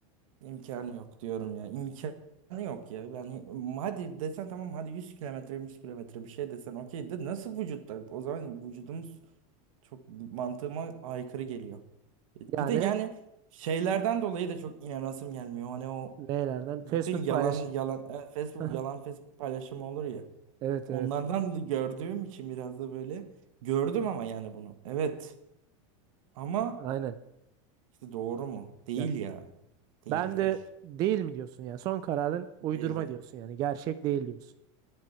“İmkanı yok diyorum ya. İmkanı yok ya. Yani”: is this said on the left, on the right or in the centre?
Right